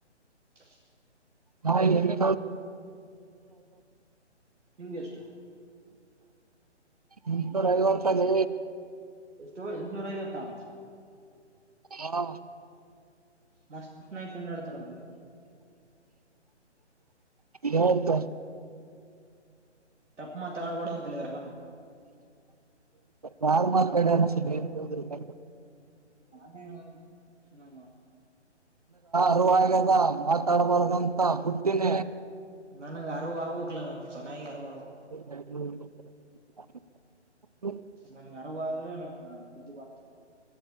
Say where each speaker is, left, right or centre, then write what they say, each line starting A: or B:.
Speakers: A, on the right; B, on the right.
A: <inaudible>
B: ಹಾ ಎಣ್ಣೆ
A: ನಿಮ್ಗೆ ಎಷ್ಟು
B: ನಿ ರ ಅರ್ತ ಜಿ
A: ಎಷ್ಟು ಎಂಟನೂರ ಐವತ್ತಾ
B: ಹಾ
A: ಮಸ್ತ ನ ಕುಂಡಾ ಅಡತರಲ್ಲಿಗೆ
B: ಯೋಗತ
A: ತಪ್ಪ ಮಾತ್ ಆಳ್ಬಡ ಅಂತ ಹೇಳಿದ್ರಾಗ
B: ನಾರ್ಮಲ್ <unintelligible>
A: ನಾನೇ ಹ
B: ಪರುವದ ಮಾತಾಡ್ಬಾರಂತ ಪುಟ್ಟಿನ
A: ನನಗೆ ಅರ್ ಆಗಕ್ಲ ನನ್ ಚೆನ್ನಾಗಿ ಅರ್
B: <unintelligible> <unintelligible>
A: ನನ್ಗ ಅರಿವು ಆದ್ರೆ ನನ್ ಬುದ್ಧಿ ಬರ್ತ